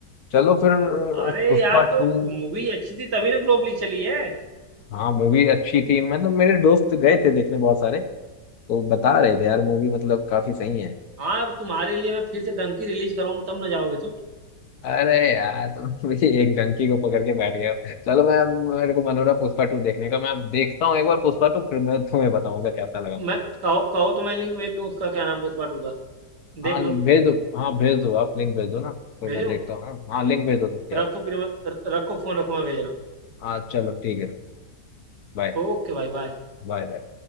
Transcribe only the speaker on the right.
अरे
यार
तो मूवी अच्छी थी तभी ना ग्लोबली चली है
हाँ अब तुम्हारे लिए मैं फिर से डंकी रिलीज कराऊंगा तब ना जाओगे तुम
मैं
कहो कहो तो मैं लिंक भेज दूं उसका क्या नाम पुष्पा टू का देख
लो
भेजूं
रखो
फिर मैं र- रखो फोन रखो मैं भेज रहा हूँ
ओके भाई बाय